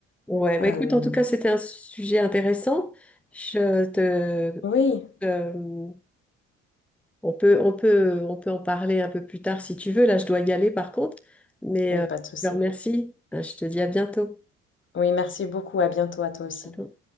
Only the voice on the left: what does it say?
Euh,
oui,
oui,
pas de souci.
Oui, merci beaucoup. À bientôt à toi aussi.